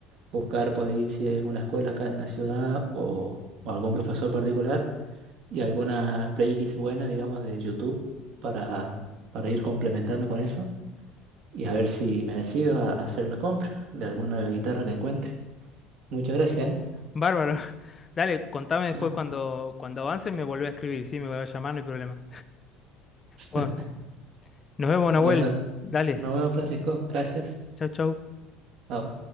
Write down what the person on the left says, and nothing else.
bárbaro. <laughs> Dale, contame después
cuando, cuando avances me volvés a escribir, sí, me voy a llamar, no hay problema. Bueno,
nos vemos,
Nahuel. Dale,
chau, chau.